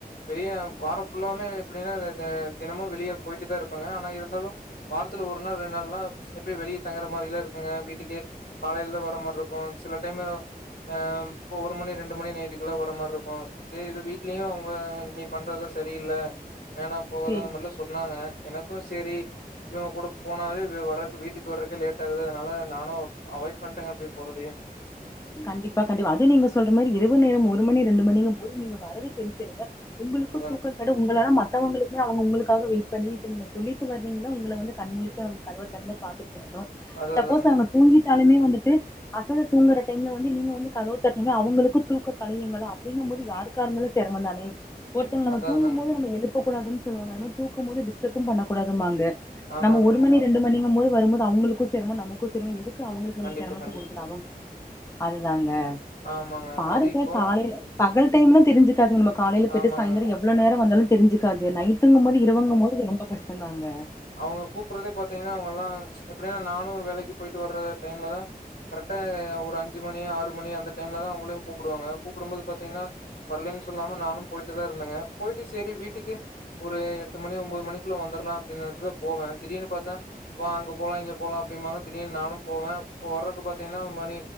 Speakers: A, on the left; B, on the left.
A: வெளிய வாரோ ஃபுல்லாமே இப்டே த தெனமு வெளிய போட்டு தா இருப்பாங்க ஆனா இருந்தாலு வார துல ஒரு நாள் ரெண்டு நாள்ல்லா வெளியே தங்குற மாறி லா இருக்குங்க வீட்டுக்கே காலைல தா வர்ற மாரி இருக்கு சில டைம் அ இப்ப ஒரு மணி ரெண்டு மணி நைட்டுக்குல்ல வர மாரி இருக்கு சேரி இது வீட்லயு அவுங்க நீ பண் ட்றதுல்ல சரி இல்ல வேணா போவாதா
B: சேரி
A: அந்த மாறில்லா சொன்னாங்க எனக்கு சேரி இவங் கூட போனாவே வெ வர்றது வீட்டுக்கு வர்றக்கே லேட்டாகுது அனால நானு அவாய்ட் பண்ட்டங்க அப்டே போறதயே
B: கண்டிப்பா கண்டிபா அது நீங்க சொல்ற மாறி இரவு நேரம் ஒரு மணி ரெண்டு மணிங்கம் போது நீங்க வர்றது பெருசில்லங்க உங்களுக்கு
A: அதாங்க
B: தூக்கொ கெடு உங்களாலா மத் தவங்களுக்மே அவுங்க உங்ளுக்காக வெயிட் பண்ணி இப்ப நீங்க சொல்லிட்டு வர்றீங்கனா உங்கள வந்து கண் முழிச்சு அவுங்க கதவ தெறந்து பாத்துட்
A: அது
B: சப்போஸ்
A: அதாங்க
B: அவுங்க தூங்கிட்டாலுமே வந்துட்டு அசந்து தூங்குற டைம்ல வந்து நீங்க வந்து கதவு தட்டிங்னா அவுங்களுக்கு தூக்கொ களயுங்களா அப்டிங்கம்போது யாருக்கா இருந்தாலு செரமோந்தானே ஒருத்தங்க நம்ம
A: அதா
B: தூங்கும்
A: அதாங்க
B: போது நம்ம எழுப்பக் கூடாதுன் சொல்லுவாங்க அது மாரி தூக்கொம் போது டிஸ்ட்டப்பும் பண்ணக் கூடாதும்பாங்க
A: ஆமாங்க
B: நம்ம ஒரு
A: ஆமாங்க
B: மணி ரெண்டு மணிங்கம் போது வரும் போது அவுங்களுக்கு செரமோ நமக்கு சேரமோ எதுக் கு அவுங்களுக்கு நம்ம
A: கண்டிப்பா
B: சிரமத்த
A: கண்டிப்பா
B: குடுத்துட்டாவோ அதுதாங்க
A: ஆமாங்க
B: பாருக்க
A: அது இப்போ
B: காலைல பகல் டைம்லா தெரிஞ்சுக்காது நம்ம காலைல போய்ட்டு
A: ஆமாங்க
B: சாய்ந்திரோ எவ்ளோ நேரோ வந்தாலு தெரிஞ்சு க்காது நைட்டுங்க போது இரவுங்கு போது ரொம்ப கஷ்டோதாங்க
A: அவுங்க கூப்டறதே பாத்தீங்கன்னா அவுங்க எல்லா எப்டினா நானு வேலைக்கு போயிட்டு வர்ற டைம்லதா கரக்டா ஒரு அஞ்சு மணி ஆறு மணி அந்த டைம்லதா அவங்களையு கூப்புடுவாங்க கூப்புடும்போது பாத்தீங்கன்னா வரலன்னு சொல்லாம நானு போய்ட்டு தா இருந்தேங்க போய்ட்டு சரி வீட்டுக்கு ஒரு எட்டு மணி ஒம்போது மணிக்குள்ள வந்தர்லா நெனச்சு தா போவ தீடீர்னு பாத்தா வா அங்க போலா இங்க போலா அப்டிபாங்க திடீர்னு நானு போவ இப்போ வர் <unintelligible> பாத்தீங்கன்னா மணி